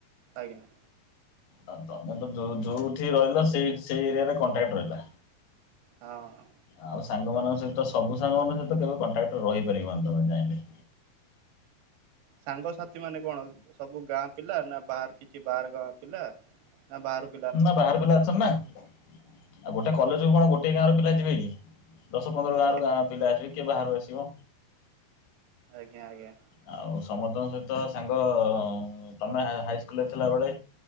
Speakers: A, on the right (about 85°); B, on the left (about 80°).
A: ଆଜ୍ଞା।
B: ଆଉ ତମେ ତ ଯୋଉଠି ରହିଲ ସେଇ ସେଇ ଏରିଆରେ କଣ୍ଟାକ୍ଟ ରହିଲା।
A: ହଁ।
B: ଆଉ ସାଙ୍ଗମାନଙ୍କ ସହିତ ସବୁ ସାଙ୍ଗମାନଙ୍କ ସହିତ କେବେ କଣ୍ଟାକ୍ଟ ରହି ପାରିବନି ତମେ ଚାହିଁଲେ।
A: ସାଙ୍ଗସାଥି ମାନେ କଣ ସବୁ ଗାଁ ପିଲା ନା ବାହାର କିଛି ବାହାର ଗାଁ ପିଲା ନା ବାହାର
B: ନା ବାହାର ପିଲା ଅଛନ୍ତି ନାଁ ଗୋଟେ କଲେଜ କୁ କଣ ଗୋଟେ ଗାଁ ପିଲା ଯିବେ କି? ଦଶ ପନ୍ଦର ଗାଁରୁ
A: ସେ
B: ଗାଁ ପିଲା ଆସିକି କିଏ ବାହାରୁ ଆସିବ।
A: ଆଜ୍ଞା ଆଜ୍ଞା।
B: ଆଉ ସମସ୍ତଙ୍କ ସହିତ ସାଙ୍ଗ ତମେ ହାଇସ୍କୁଲରେ ଥିଲାବେଳେ